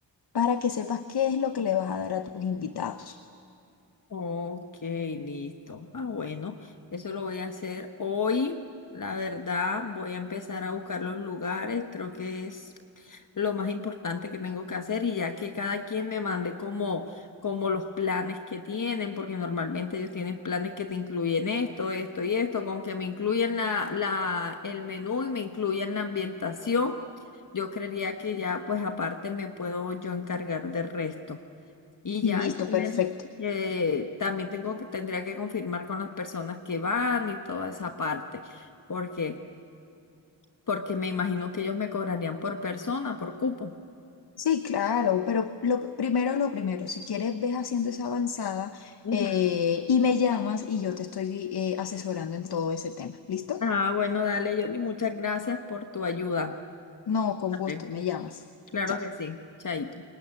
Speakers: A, on the left; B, on the left.
A: para que sepas qué es lo que le vas a dar a tus invitados.
B: Ok, listo. Ah, bueno, eso lo voy a hacer hoy. La verdad, voy a empezar a buscar los lugares. Creo que es lo más importante que tengo que hacer y ya que cada quien me mande como, como los planes que tienen, porque normalmente ellos tienen planes que te incluyen esto, esto y esto, con que me incluyan la, la, el menú y me incluyan la ambientación. Yo creería que ya, pues aparte me puedo yo encargar del resto. Y
A: Listo,
B: ya, y tendría
A: perfecto.
B: que- también tengo que, tendría que confirmar con las personas que van y toda esa parte, porque, porque me imagino que ellos me cobrarían por persona, por cupo.
A: Sí, claro, pero lo primero, lo primero, si quieres, ves haciendo esa avanzada
B: Ujú.
A: eh, y me llamas y yo te estoy eh, asesorando en todo ese tema. ¿Listo?
B: Ah, bueno, dale, Yoli, muchas gracias por tu ayuda.
A: No, con
B: Fíjate,
A: gusto, me llamas.
B: Claro
A: Chao.
B: que sí, chaito.